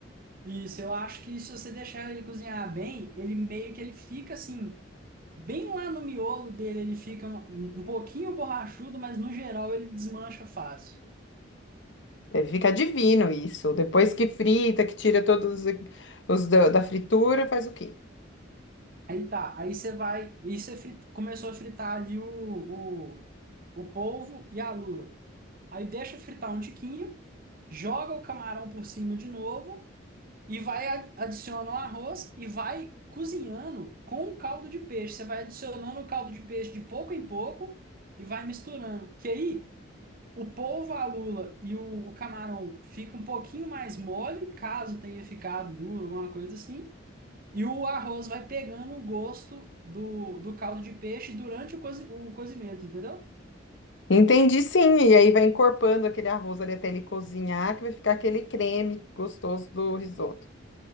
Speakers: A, on the right (about 45°); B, on the left (about 65°).
A: Isso, eu acho que se você deixar ele cozinhar bem, ele meio que ele fica assim, bem lá no miolo dele, ele fica um, um pouquinho borrachudo, mas no geral ele desmancha fácil.
B: Deve ficar divino isso. Depois que frita, que tira todos os, os da, da fritura, faz o quê?
A: Aí tá, aí você vai, e você frit- começou a fritar ali o, o, o polvo e a lula. Aí deixa fritar um tiquinho, joga o camarão por cima de novo e vai a- adiciona o arroz e vai cozinhando com o caldo de peixe. Você vai adicionando o caldo de peixe de pouco em pouco e vai misturando. Que aí o polvo, a lula e o, o camarão fica um pouquinho mais mole, caso tenha ficado duro, alguma coisa assim. E o arroz vai pegando o gosto do, do caldo de peixe durante o, cozi- o cozimento, entendeu?
B: Entendi, sim. E aí vai encorpando aquele arroz ali até ele cozinhar, que vai ficar aquele creme gostoso do risoto.